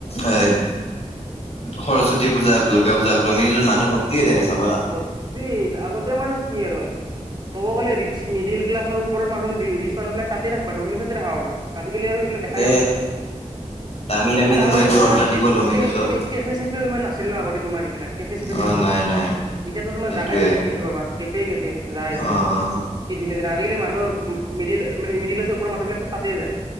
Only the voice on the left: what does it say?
এ সৰস্বতী পূজা হওক দূৰ্গা পূজা হক ডমিনোজত মানুহ ভৰ্তি হৈ থাকে চাব
তে
দামী দামী
এইবোৰ
অৰ্ডাৰ দিব ডমিনজত
অ নাই নাই।
সেইটোৱে
অ অ